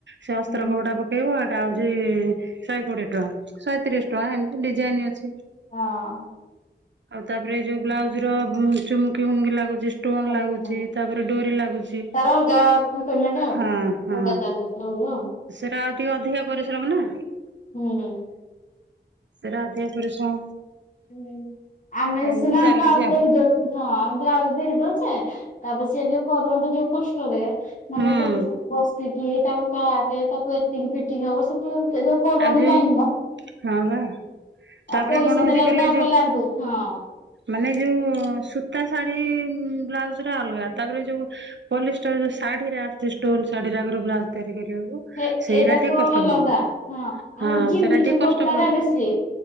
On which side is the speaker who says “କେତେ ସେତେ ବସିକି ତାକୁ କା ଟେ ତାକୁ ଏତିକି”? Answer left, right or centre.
Left